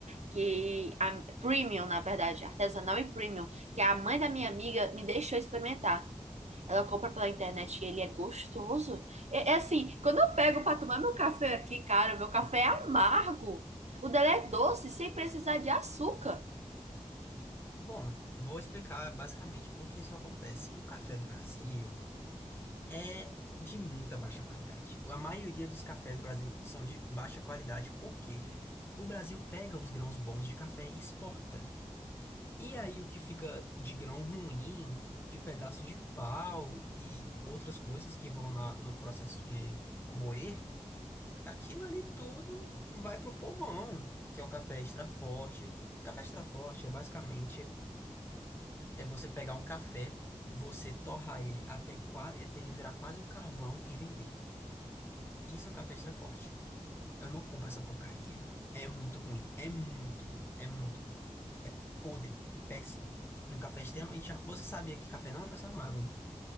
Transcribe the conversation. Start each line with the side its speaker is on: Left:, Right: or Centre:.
Right: que a premium, na verdade, artesanal e premium, que a mãe da minha amiga me deixou experimentar. Ela compra pela internet e ele é gostoso. É, é assim, quando eu pego para tomar meu café aqui, cara, meu café é amargo. O dela é doce, sem precisar de açúcar.
Left: Bom, eu vou explicar basicamente por que isso acontece. O café do Brasil. é de muita baixa qualidade. A maioria dos cafés do Brasil são de baixa qualidade, porque o Brasil pega os grãos bons de café e exporta. E aí o que fica de grão ruim, de pedaço de pau e outras coisas que vão na- no processo de moer, aquilo ali tudo vai pro povão, que é o café extra forte. Café extra forte é basicamente é você pegar um café, você torrar ele até, qua- até ele virar quase um carvão e vender. Isso é café extra forte. Eu não compro essa porcaria. É muito ruim. É muito ruim. É muito ruim. É podre. Péssimo. Um café extremamente. ar- Você sabia que café não é pra ser amargo, né?